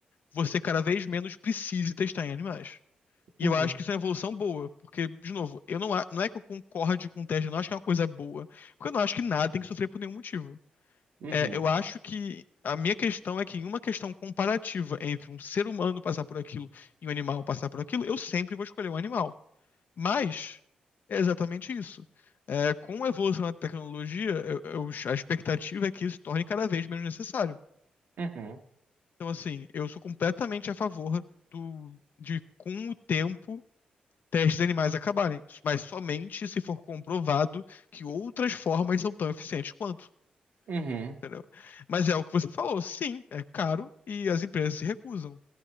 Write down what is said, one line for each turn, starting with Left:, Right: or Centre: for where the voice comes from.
Left: você cada vez menos precise testar em animais. E
Right: Uhum,
Left: eu acho que isso é uma evolução boa, porque, de novo, eu não, a- não é que eu concorde com o teste, eu não acho que é uma coisa boa, porque eu não acho que nada tem que sofrer por nenhum motivo.
Right: uhum,
Left: É, eu acho que a minha questão é que em uma questão comparativa entre um ser humano passar por aquilo e um animal passar por aquilo, eu sempre vou escolher um animal. Mas é exatamente isso. É, com a evolução da tecnologia, eu- eu- a expectativa é que isso torne cada vez menos necessário.
Right: uhum,
Left: Então, assim, eu sou completamente a favor do, de, com o tempo testes de animais acabarem, mas somente se for comprovado que outras formas são tão eficientes quanto,
Right: uhum,
Left: entendeu? Mas é o que você falou, sim, é caro e as empresas se recusam.